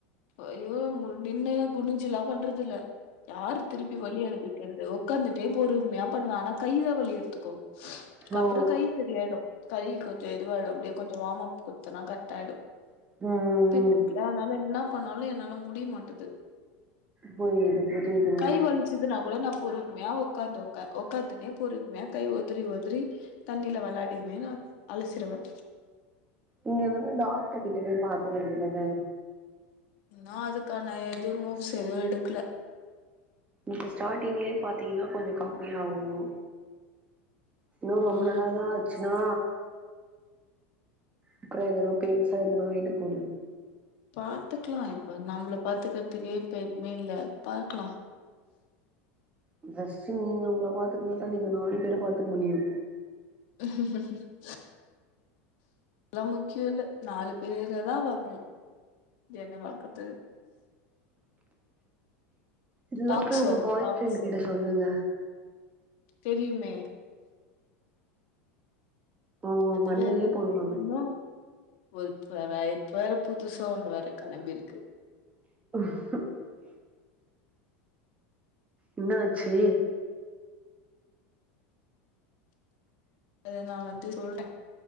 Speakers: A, on the left (about 65°); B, on the right (about 20°).
A: ஐயோ நின்னு குனுஞ்சு எல்லா பண்றது இல்ல யாரு திருப்பி வலிய அனுப்பிக்கறது உட்காந்துட்டே பொறுமையா பன்னுவே ஆனா கைதா வலி எடுத்துக்கு க்ஸ்
B: ஓ
A: அப்றோ கை சரியாயிடு கை கொஞ் கொஞ்சோ இதுவாகிடு அப்டியே கொஞ்சோ வாம்அப் குடுத்தன கரெக் ஆகிடு
B: ம்
A: ப்பட்டுக்கல
B: ம்
A: அதனால என்ன போனாலும் என்னால முடிய மாட்டது
B: புரியுது புரியுதுங்க
A: கை வலிச்சதுனா கூட நா பொறுமையா உக்காந்து உக்காந்துனே பொறுமைய கை ஒதிரி ஒதிரி தண்ணில விளாடினே ந அலசிருவன்
B: நீங்க வந்து டாக்டர் கிட்ட போய் பாக்க வேண்டியதானே
A: நா அதுக்கான இது மூவ்ஸ் எதுவும் எடுக்கல
B: இப்ப ஸ்டார்ட்டிங்லயே பாத்தீங்கன்னா கொஞ்சம் கம்மியாகும் இன்னும்
A: ம்
B: ரொம்ப நேரம் ஆச்சுன்னா அப்றோ ஏதனோ பெருசா ஏதனோ ஆயிட போது
A: பாத்துக்கலாம் இப்ப நம்மள பாத்துக்கிறதுக்கு இப்ப எதுவுமே இல்ல பாக்கலாம்
B: <unintelligible> நீங்க அவங்கள பாத்துக்க மாட்டாங்க இங்க நாய் பேற பாத்துக்க முடியும்
A: <inaudible> எல்லாம முக்கியம் இல்ல நாலு பேற தா பாக்கணும் என்ன பாக்குறது
B: இல்லங்க
A: டாக்ஸ்
B: உங்க
A: வரு
B: பாய்
A: டாக்ஸ்
B: ஃப்ரெண்ட் கிட்ட சொல்லுங்க
A: தெரியுமே
B: அவங்க
A: அதுல
B: மண்டைலயே போடுவாங்க
A: ம் இப்ப வேற புதுசா ஒன்னு வருது களம்பிருக்கு
B: <inaudible> என்னாச்சி
A: ம் அத நா வந்து சொல்றேன்